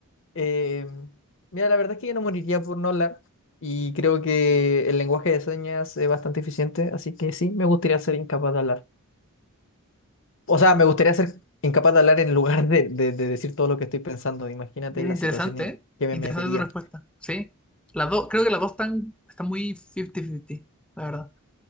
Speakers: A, on the left (about 60°); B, in the centre.
A: Eh, mira, la verdad es que yo no moriría por no hablar y creo que el lenguaje de señas es bastante eficiente, así que sí, me gustaría ser incapaz de hablar. O sea, me gustaría ser incapaz de hablar en lugar de, de- de decir todo lo que estoy pensando. Imagínate
B: Bien
A: las
B: interesante,
A: situaciones
B: ¿eh?
A: que me
B: Interesante
A: metería.
B: tu respuesta. Sí, las dos, creo que las dos están, están muy 50-50, la verdad.